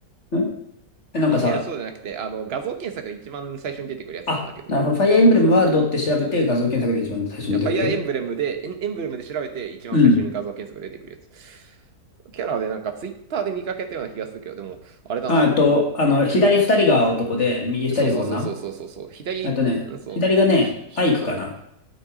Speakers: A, on the left (about 45°); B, on the right (about 45°).
A: とんえ、なんかさ、
B: うんいや、そうじゃなくて、あの、画像検索で一番最初に出てくるやつなんだけど。
A: あ、なるほど。ファイアーエンブレムワールドって調べて画像検索で一番最初に出てくる
B: そうそうそう。いや、ファイアーエンブレムで、エン、エンブレムで調べて、一番最初に画像検索が出てくるやつ。
A: うん。
B: キャラでなんか、ツイッターで見かけたような気がするけど、でも、あれだな。
A: ああと、
B: ほ、
A: あの、左二人が男で、右二人が女。
B: そうそうそうそうそうそうそう。左、
A: あとね、
B: うんそう。
A: 左がね、
B: ひ、ひ
A: アイクかな。